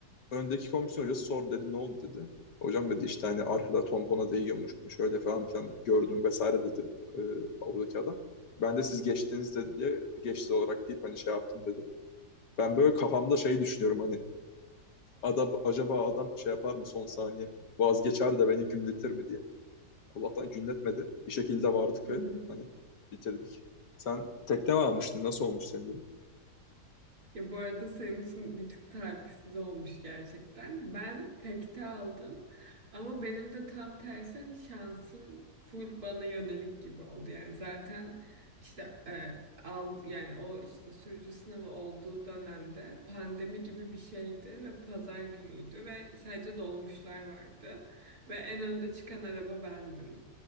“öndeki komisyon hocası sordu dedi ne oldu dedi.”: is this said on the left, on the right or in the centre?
Left